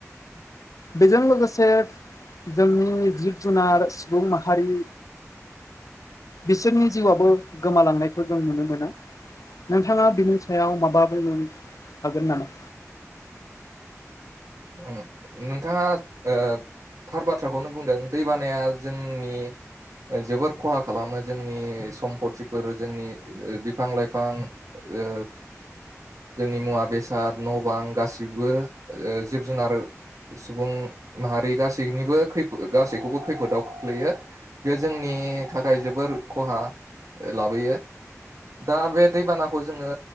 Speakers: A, on the left; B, on the right.
A: बेजों लोगोसे जोंनि जिब जुनार सुबुं माहारि बिसोरनि जिउआबो गोमालांनायखौ जों नुनो मोनो नोंथाङा बिनि सायाव माबा बुंनो‌ हागोन नामा?
B: उम नोंथाङा ओ थार बाथ्राखौनो बुंदों दैबानाया जोंनि ओ जोबोर खहा खालामो जोंनि सम्फथिफोर जोंनि बिफां लाइफां ओ जोंनि मुवा बेसाद न बां गासिबो ओ जो जिब जुनार सुबुं माहारि गासैनिबो खैफोद गासैखौबो खैफोदाव खोख्लैयो बे जोंनि थाखाय जोबोर खहा लाबोयो दा बे दैबानाखौ जोङो